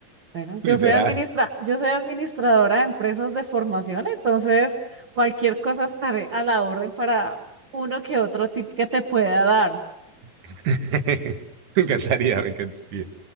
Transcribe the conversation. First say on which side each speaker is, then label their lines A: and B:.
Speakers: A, on the right; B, on the right.
A: bueno,
B: <laughs>
A: yo
B: literal.
A: soy administra, yo soy administradora de empresas de formación, entonces cualquier cosa estaré a la orden para uno que otro tip que te pueda dar.
B: <laughs> Me encantaría, me encantaría.